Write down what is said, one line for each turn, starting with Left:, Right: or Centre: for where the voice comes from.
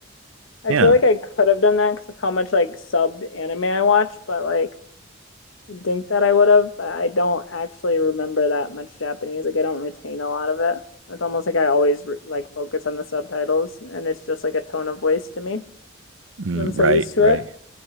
Left: I
Right: Yeah.
Left: feel like I could have done that because of how much like subbed anime I watch, but like you'd think that I would have, but I don't actually remember that much Japanese. Like I don't retain a lot of it. It's almost like I always re like focus on the subtitles, and it's just like a tone of voice to me
Right: Mm,
Left: because I'm so
Right: right,
Left: used to
Right: right.
Left: it.